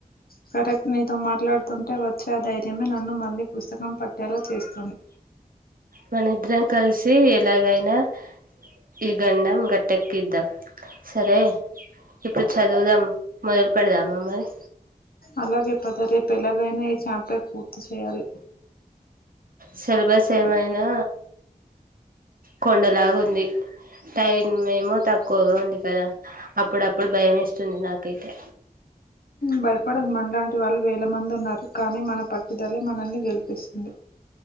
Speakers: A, on the left; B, on the right.
A: సరే అయితే నీతో మాట్లాడు తుంటే వచ్చే ఆ ధైర్యమే నన్ను మళ్ళీ పుస్తకం పట్టేలా చేస్తుంది
B: మన ఇద్దరం కలిసి ఎలాగైనా ఈ గండం గట్టెక్కిద్దాం సరే ఇప్పుడు చదువుదాం మొదలు పెడదాం మ మరి
A: అలాగే పద రేపెలాగ్ <unintelligible> పూర్తి చెయాలి
B: సిలబస్ ఏమైనా కొండలాగా ఉంది టైం ఏమో తక్కువగా ఉంది కదా అప్పుడప్పుడు భయం వస్తుంది నాకైతే
A: భయపడక్ మనలాంటి వాళ్ళు వేల మంది ఉన్నారు కానీ మన పట్టుదలె మనల్ని గెలిపిస్తుంది